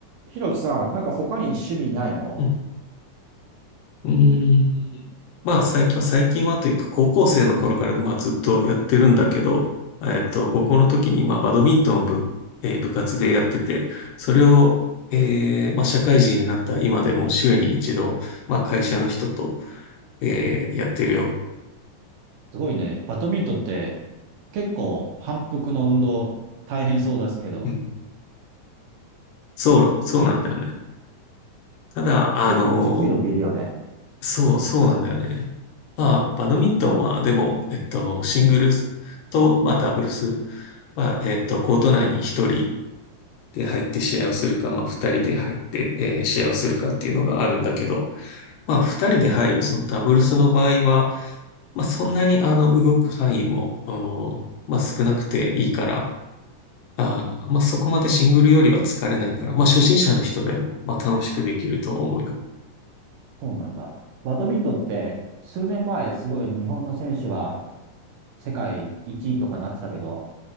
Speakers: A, on the right; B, on the left.
A: ひろきさん、なんか他に趣味ないの
B: うん。うーん。まあ、最近は、最近はというか、高校生の頃から、まあ、ずっとやってるんだけど、えっと、高校の時に、まあ、バドミントンを部、えー部活でやってて、それを、えーまあ、社会人になった今でも週に一度、まあ、会社の人と、えーやってるよ。
A: すごいね。バドミントンって結構反復の運動大変そうですけど、
B: うん。そう、そうなんだよね。
A: け、
B: ただ、あの
A: 結構持久力いるよね。
B: そう、そうなんだよね。まあ、バドミントンは、でも、えっと、シングルスと、まあ、ダブルス、まあ、えっと、コート内に一人、で入って試合をするか、まあ二人で入って、えー試合をするかっていうのがあるんだけど、まあ二人で入るそのダブルスの場合は、まあそんなにあの動く範囲も、まあ少なくていいから、あまあそこまでシングルよりは疲れないから、まあ初心者の人でも、まあ楽しくできると思うよ。
A: そうなんだ。バドミントンって数年前すごい日本の選手が世界1位とかなってたけど、